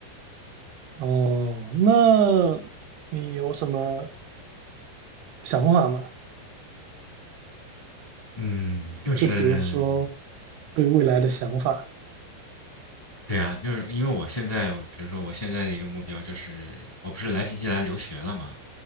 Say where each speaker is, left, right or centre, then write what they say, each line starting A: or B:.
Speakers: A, on the right; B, on the left.
A: 哦，那你有什么想法吗？
B: 嗯，就是
A: 就比如说对未来的想法。
B: 对呀，就是因为我现在，比如说我现在的一个目标就是，我不是来新西兰留学了嘛，